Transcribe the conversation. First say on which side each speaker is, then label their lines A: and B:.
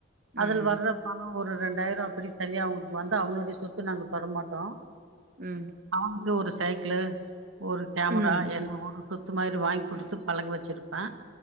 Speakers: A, on the right; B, on the right.
A: ம்
B: அதுல வர்ர பணோ ஒரு ரெண்டாயிரோ அப்டி தனியா அவுங்கக்கு வந்து அவனுடைய சொத்து நாங்க தொடமாட்டோ
A: ம்
B: அவனுக்கு ஒரு சைக்கிளு ஒரு கேமரா
A: ம்
B: எல்லா வாங்குனோ கொத்து மாரி வாங்கி குடுத்து பழக வச்சுருக்கே